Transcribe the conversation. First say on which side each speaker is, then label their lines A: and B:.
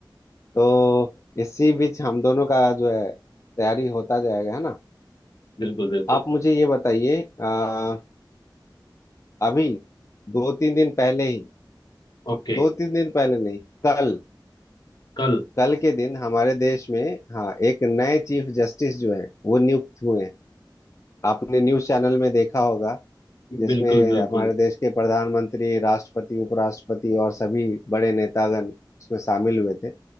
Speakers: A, on the left; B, on the left.
A: तो इसी बीच हम दोनों का जो है तैयारी होता जाएगा है ना
B: बिल्कुल बिल्कुल
A: आप मुझे ये बताइए आ, अभी दो तीन दिन पहले ही
B: ओके
A: दो तीन दिन पहले नहीं कल
B: कल
A: कल के दिन हमारे देश में हाँ एक नए चीफ जस्टिस जो हैं वो नियुक्त हुए हैं आपने न्यूज चैनल में देखा होगा जिसमें
B: बिल्कुल बिल्कुल
A: हमारे देश के प्रधानमंत्री राष्ट्रपति उपराष्ट्रपति और सभी बड़े नेतागण उसमें शामिल हुए थे